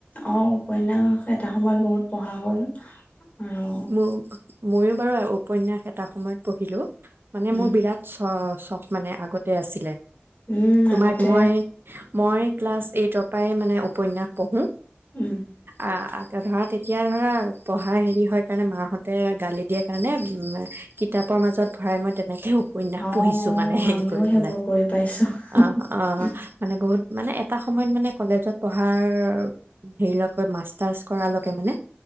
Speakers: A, on the left (about 40°); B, on the right (about 60°).
A: অঁ উপন্যাস এটা সময়ত বহুত পঢ়া হ'ল। আৰু
B: মোক ময়ো বাৰু উপন্যাস এটা সময়ত পঢ়িলো। মানে
A: উম
B: মোৰ বিৰাট চ চখ মানে আগতে আছিলে।
A: উম
B: তোমাক
A: আগতে
B: মই মই ক্লাছ এইটৰ পৰাই মানে উপন্যাস পঢ়োঁ।
A: উম
B: অ', আ ধৰা তেতিয়া ধৰা পঢ়া হেৰি হয়। সেইকাৰণে মাহঁতে গালি দিয়াৰ কাৰণে উম, কিতাপৰ মাজত ভৰাই মই তেনেকে উপন্যায়াস
A: অঁ
B: পঢ়িছো মানে হেৰি
A: আমিও
B: কৰি
A: সেইবোৰ
B: পেলাই
A: কৰি পাইছোঁ
B: অহ, অহ,
A: উম,
B: মানে বহুত মানে এটা সময়ত মানে কলেজত পঢ়াৰ হেৰি ল' মাষ্টাৰ্চ কৰালৈকে মানে